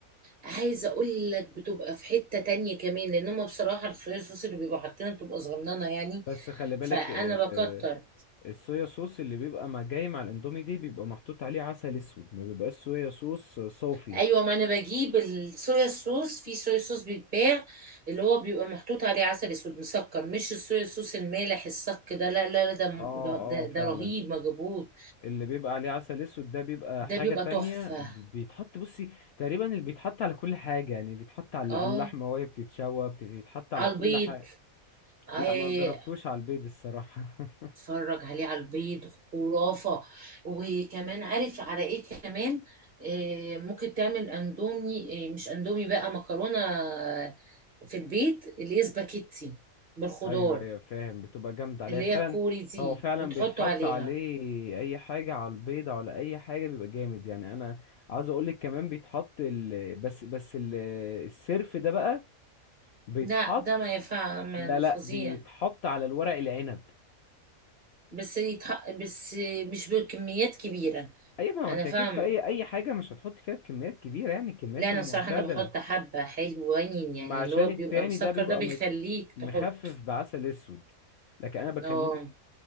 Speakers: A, on the right; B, on the left.
A: عايزه اقول لك بتبقى في حته تانية كمان لان هم بصراحه الصويا صوص اللي بيبقوا حاطينها بتبقى صغننه يعني
B: بس خلي بالك
A: فانا
B: ال-
A: بكتر
B: الصويا صوص اللي بيبقى مع جاي مع الاندومي دي بيبقى محطوط عليه عسل اسود ما بيبقاش صويا صوص صافي
A: ايوه ما انا بجيب الصويا صوص في صويا صوص بيتباع اللي هو بيبقى محطوط عليه عسل اسود مسكر مش الصويا صوص المالح الصك ده لا لا لا ده
B: اه اه
A: ده,
B: فعلا
A: ده رهيب مجبوط
B: اللي بيبقى عليه عسل اسود ده بيبقى
A: ده
B: حاجة
A: بيبقى
B: تانية
A: تحفه
B: ب- بيتحط بصي تقريبا اللي بيتحط على كل حاجة يعني بيتحط على
A: اه
B: على اللحمة وهي بتتشوى بت- بيتحط على
A: على
B: كل
A: البيض
B: حاجة
A: آه،
B: لا ما جربتوش على البيض الصراحة <laughs>
A: اتفرج عليه على البيض خرافة وكمان عارف على ايه كمان آه، ممكن تعمل اندومي آه، مش اندومي بقى مكرونة آه، في البيت اللي هي سباكيتي بالخضار
B: ايوه ايوه فاهم بتبقى جامدة عليها
A: اللي
B: فعلا
A: هي الكوري دي
B: هو فعلا
A: وتحطه
B: بيتحط
A: عليها
B: عليه اي حاجة على البيض على اي حاجة بيبقى جامد يعني انا عاوز اقولك كمان بيتحط ال... بس بس ال... السرف ده بقى بيتحط
A: لا ده ما ينفع ما-
B: لا لا
A: فظيع
B: بيتحط على الورق العنب
A: بس يتح... بس مش بكميات كبيرة
B: اي ما هو
A: انا
B: انت
A: فاهمة
B: اكيد في اي اي حاجه مش هتحط فيها بكميات كبيره يعني الكميات
A: لا انا
B: المعتدله
A: بصراحة انا بحط حبة حلوين يعني
B: ما عشان
A: اللي هو
B: التاني
A: بيبقى مسكر
B: ده بيبقى
A: ده بيخليك
B: مت- مخفف
A: تحط
B: بعسل اسود لكن انا بكلمك
A: اه